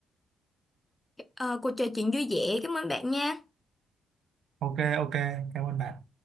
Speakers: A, on the left; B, on the right.
A: Ờ, cuộc trò chuyện vui vẻ cảm ơn bạn nha
B: ok ok cảm ơn bạn